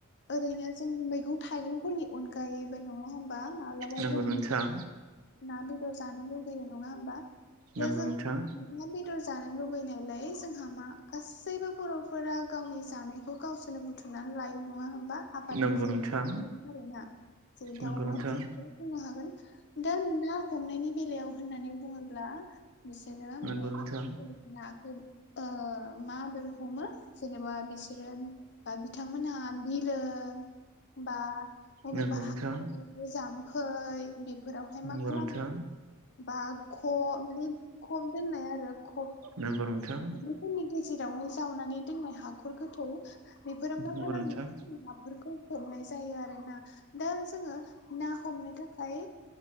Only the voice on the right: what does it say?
नंगौ
नोंथां
नंगौ
नोंथां
नंगौ नोंथां
नंगौ
नोंथां
नंगौ नोंथां
नंगौ नोंथां
नंगौ
नोंथां
नंगौ नोंथां
नंगौ
नोंथां